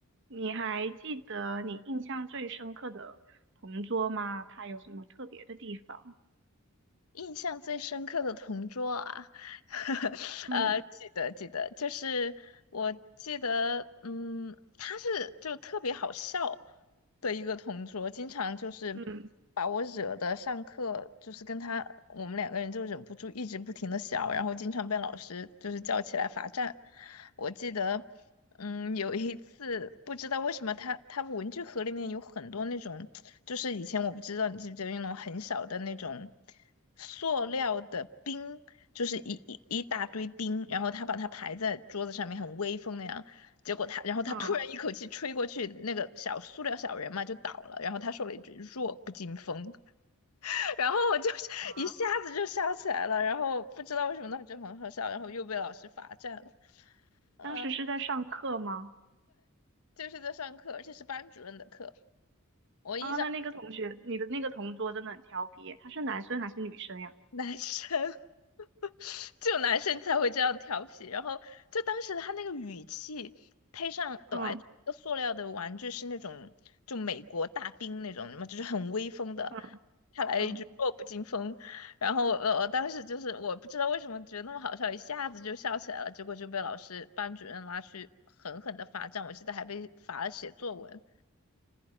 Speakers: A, on the right; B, on the left.
A: 你还记得你印象最深刻的同桌吗？他有什么特别的地方？
B: 印象最深刻的同桌啊，<laughs>
A: 嗯
B: 呃，记得记得，就是我记得，嗯，他是就特别好笑的一个同桌，经常就是
A: 嗯
B: 把我惹的上课就是跟他我们两个人就忍不住一直不停的笑，然后经常被老师就是叫起来罚站。我记得，嗯，有一次不知道为什么他他文具盒里面有很多那种，就是以前我不知道你记不记得那种很小的那种塑料的冰，就是一一一大堆冰，然后他把它排在桌子上面，很威风那样。结果他，然后他突然一口气吹过去，
A: 啊
B: 那个小塑料小人嘛就倒了。然后他说了一句“弱不禁风”，然后我就 <laughs>
A: 啊！
B: 一下子就笑起来了。然后不知道为什么当时就很好笑，然后又被老师罚站了。嗯。
A: 当时是在上课吗？
B: 就是在上课，而且是班主任的课。我印象
A: 啊，那那个同学，你的那个同桌真的很调皮耶他是男生还是女生呀？
B: 男生 <laughs> 只有男生才会这样调皮，然后就当时他那个语气，配上本来这个塑料的玩具是那种就美国大兵那种什么，
A: 嗯
B: 就是很威风的，
A: 嗯
B: 他来了一句弱不禁风，
A: 嗯，
B: 然后呃，我当时就是我不知道为什么觉得那么好笑，一下子就笑起来了，结果就被老师班主任拉去狠狠的罚站，我记得还被罚了写作文。